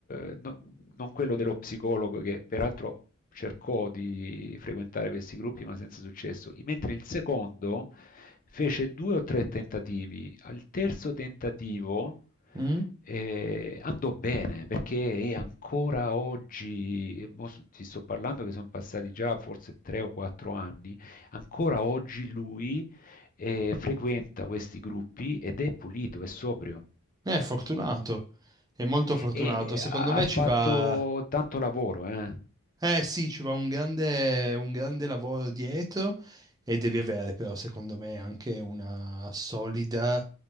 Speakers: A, on the left; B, on the right.
A: eh, no- non quello dello psicologo che peraltro cercò di frequentare questi gruppi ma senza successo, mentre il secondo fece due o tre tentativi, al terzo tentativo
B: Mm?
A: e andò bene perché è ancora oggi, e mo s- ti sto parlando che sono passati già forse tre o quattro anni, ancora oggi lui eh, frequenta questi gruppi ed è pulito, è sobrio
B: È fortunato, è molto fortunato.
A: e eh,
B: Secondo
A: ha
B: me
A: fatto
B: ci va.
A: tanto lavoro, eh?
B: Eh sì, ci va un grande, un grande lavoro dietro e devi avere però secondo me anche una solida,